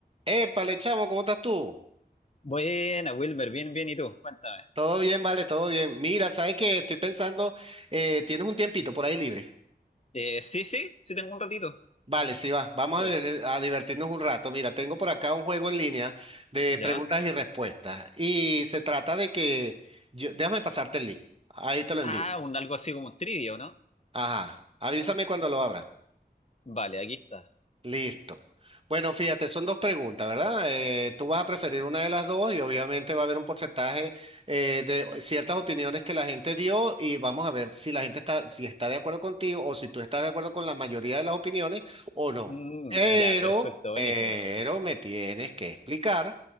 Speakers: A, on the right; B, on the left.
A: Épale, chamo, ¿cómo estás tú?
B: Buena, Wilmer, bien, bien, ¿y tú? Cuéntame.
A: Todo bien, vale, todo bien. Mira, ¿sabes qué? Estoy pensando, eh, tienes un tiempito por ahí libre.
B: Eh, sí, sí, sí tengo un ratito.
A: Vale, sí va, vamos
B: Dime.
A: a, diver- a divertirnos un rato. Mira, tengo por acá un juego en línea de
B: ¿Ya?
A: preguntas y respuestas. Y se trata de que, yo, déjame pasarte el link. Ahí te lo
B: Ah,
A: envío.
B: un algo así como un trivia, ¿o ¿no?
A: Ajá, avísame cuando lo abra.
B: Vale, aquí está.
A: Listo. Bueno, fíjate, son dos preguntas, ¿verdad? Eh, tú vas a preferir una de las dos y obviamente va a haber un porcentaje eh, de ciertas opiniones que la gente dio y vamos a ver si la gente está, si está de acuerdo contigo o si tú estás de acuerdo con la mayoría de las opiniones o no.
B: Mm,
A: Pero,
B: ya, perfecto, buenísimo.
A: pero me tienes que explicar